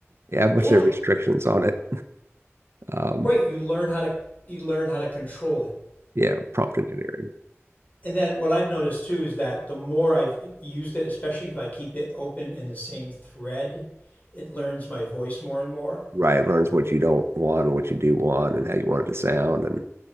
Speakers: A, on the right; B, on the left.
A: Yeah, I have a bunch
B: Yeah,
A: of restrictions on it. Um,
B: right. You learn how to you learn how to control it.
A: yeah, prompt engineering.
B: And then what I've noticed too is that the more I've used it, especially if I keep it open in the same thread, it learns my voice more and more.
A: Right. It learns what you don't want and what you do want and how you want it to sound. And